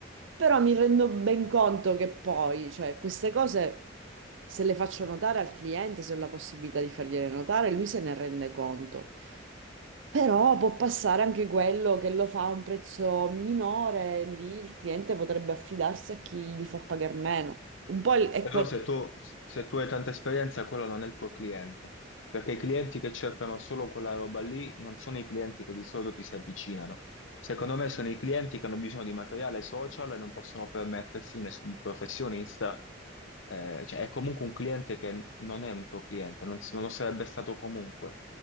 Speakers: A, on the right; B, on the left.
A: però mi rendo ben conto che poi, cioè, queste cose, se le faccio notare al cliente, se ho la possibilità di fargliele notare, lui se ne rende conto. Però può passare anche quello che lo fa a un prezzo minore, lì il cliente potrebbe affidarsi a chi gli fa pagare meno. Un po' il- è
B: Però
A: Mm. questo
B: se tu, se tu hai tanta esperienza, quello non è il tuo cliente, perché i clienti che cercano solo quella roba lì non sono i clienti che di solito ti si avvicinano. Secondo me sono i clienti che hanno bisogno di materiale social e non possono permettersi un, es- un professionista, eh, cioè è comunque un cliente che non è un tuo cliente, non, s- non lo sarebbe stato comunque.